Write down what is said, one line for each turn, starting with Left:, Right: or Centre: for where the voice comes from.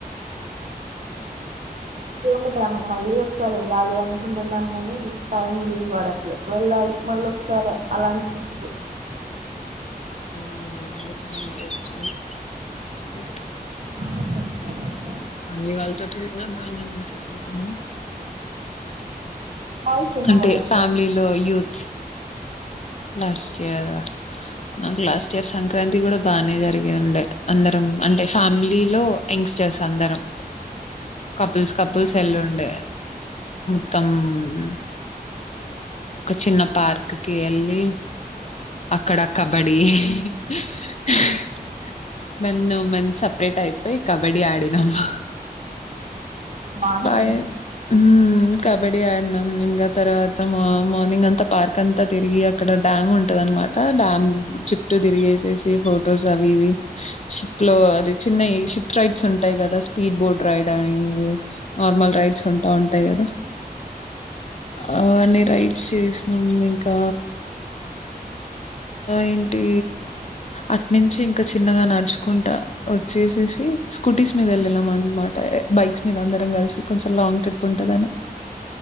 Left: <inaudible>
Right: కొంతాగానమే మళ్ళీ ఒకసారి వెళ్ళాలి అనుకుంటున్నాం గానీ టైం వీల్ పడట్లే వెళ్ళాలి మాల్లోకసారి అలాంటి ట్రిపు కు
Left: ఉమ్ వెళ్ళండి ప్లాన్ చేసుకోండి.... ఉంటా తియ్
Right: అవున్లేండి
Left: ఆళ్లు మీవాళ్తోటీ పోయిన్రా మావల్తో పోకుండా
Right: వాయిస్ వినబడట్లేదు
Left: కంటే ఫ్యామిలీ లో యూత్ లాస్ట్ ఇయర్ హ్ నాకు లాస్ట్ ఇయర్ సంక్రాంతి కూడా బానే జరిగిఉండే అందరం అంటే ఫ్యామిలీ లో యాంగ్స్టర్స్ అందరం కపుల్స్ కపుల్స్ ఎల్లుండే మొత్తం మ్ ఒక చిన్న పార్క్ కి వెళ్ళి అక్కడ కబడ్డీ ఇహ్ హ్ హ్హ్.. మెను మెన్స్ సపరేట్ అయిపోయి కబడ్డీ ఆడినం ఉహ్
Right: బాగుంటుంది
Left: బాయ్.. ఉమ్ ఉమ్ కబడి ఆడినాం ఇంగా తర్వాత మా మార్నింగ్ అంతా పార్క్ అంతా తిరిగి అక్కడ డ్యామ్ ఉంటదానమాట డ్యామ్ చుట్టూ తిరిగేసేసి ఫొటోస్ అవి ఇవి షిప్ లో అది చిన్నయ్ షిప్ రైడ్స్ ఉంటాయ్ కదా స్పీడ్ బోట్ రైడ్ అని ఉ నార్మల్ రైడ్స్ ఉంటావుంటాయి గదా అ నే ట్స్ చేసినాం ఇంకా ఏంటి అట్నుంచి ఇంకా చిన్నగా నడుచుకుంటా వచ్చేసేసి స్కూటీస్ మీద వెళ్ళినాం అనమాట బైక్స్ మీద అందరం కలిసి కొంచెం లాంగ్ ట్రిప్ ఉంటదని